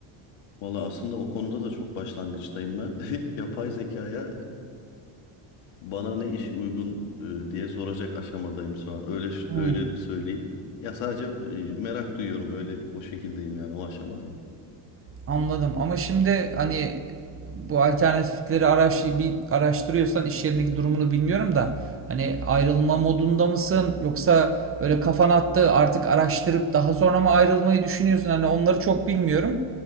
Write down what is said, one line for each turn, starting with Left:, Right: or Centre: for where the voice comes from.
Left: Valla aslında o konuda da çok başlangıçtayım ben. <laughs> Yapay zekaya Bana ne iş uygun e, diye soracak aşamadayım şu an. Öyle ş-
Right: Hmm.
Left: öyle söyleyeyim. Ya sadece e, merak duyuyorum. Öyle o şekildeyim yani o aşamadayım.
Right: Anladım ama şimdi hani bu alternatifleri araş, bir araştırıyorsan iş yerindeki durumunu bilmiyorum da hani ayrılma modunda mısın yoksa böyle kafan attı artık araştırıp daha sonra mı ayrılmayı düşünüyorsun hani onları çok bilmiyorum.